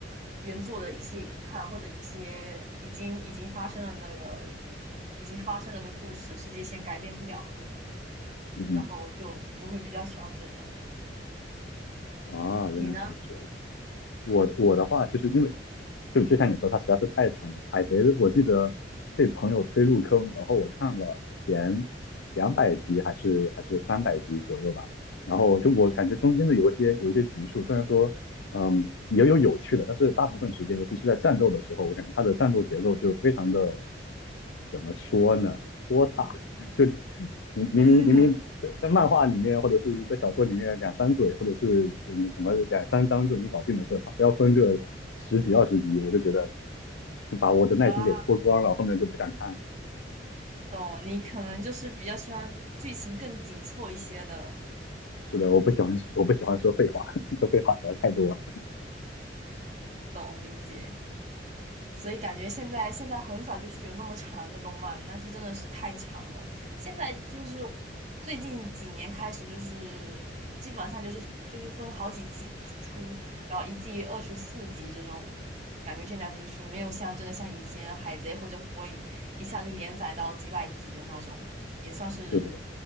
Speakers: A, on the right; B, on the left.
A: 原作的一些遗憾或者一些已经已经发生了那个已经发生了的故事，世界线改变不了的，
B: 嗯嗯。
A: 然后就我会比较喜欢这种。
B: 啊，原来是这样。
A: 你呢？
B: 我我的话，其实因为就就像你说，它实在是太长了。海贼，我记得被朋友推入坑，然后我看了前两百集还是还是三百集左右吧。然后就我感觉中间的有一些有一些集数，
A: 嗯
B: 虽然说嗯也有有趣的，但是大部分时间，尤其是在战斗的时候，我感觉它的战斗节奏就非常的怎么说呢，拖沓，<laughs> 就明明明明明在在漫画里面或者是在小说里面两三嘴或者是嗯什么两三章就能搞定的事，
A: <laughs>，
B: 他非要分个十几二十集，我就觉得就把我的耐心给搓光了，
A: 啊，
B: 后面就不想看了。
A: 懂，你可能就是比较喜欢剧情更紧凑一些的，
B: 是的，我不喜欢我不喜欢说废话，<laughs> 说废话实在太多了。
A: 懂理解。所以感觉现在现在很少就是有那么长的动漫，那些真的是太长了。现在就是最近几年开始，就是基本上就是就是分好几季出，然后一季二十四集这种。感觉现在就是没有像真的像以前海贼或者火影一下就连载到几百集的那种，也算是
B: 是的，